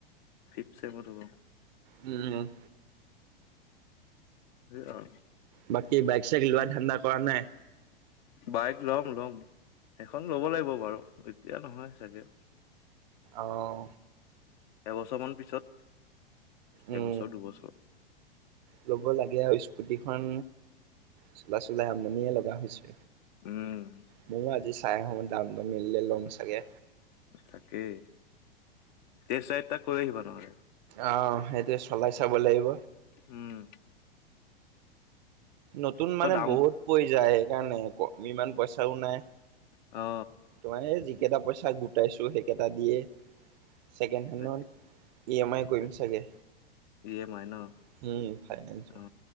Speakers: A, on the left; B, on the right.
A: ফিপ ছেমৰ হ'ব
B: উম
A: অ <unintelligible>
B: বাকী বাইক চাইক লোৱা ধান্ডা কৰা নাই
A: বাইক ল'ম ল'ম সেইখন ল'ব লাগিব বাৰু এতিয়া নহয় চাগে।
B: অহ
A: এবছমান পিছত।
B: উম
A: এবছৰ দুবছৰ
B: লব লাগে আও স্কুটিখন। চলাই চলাই আমনিয়ে লগা হৈছে।
A: উম
B: ময়ো আজি চাই আহো দাম দামো মিলিলে ল'ম চাগে।
A: তাকেই তেচায়েটা কৰি আহিবা নহলে।
B: অ সেইটোৱে চলাই চাব লাগিব।
A: উম
B: নতুন
A: আকৌ
B: মানে
A: দাম
B: বহুত পৰি যায় সেইকাৰণে ক আমি ইমান পইচাও নাই।
A: অ
B: তোমাৰ এই যিকেইটা পইচা গোটাইছো সেইকেইটা দিয়ে ছেকেণ্ড হেনত
A: তাকে
B: ই এম আই কৰিম
A: তাকে
B: চাগে।
A: ই এম আই ন
B: হুম ফাইনেঞ্চত
A: অ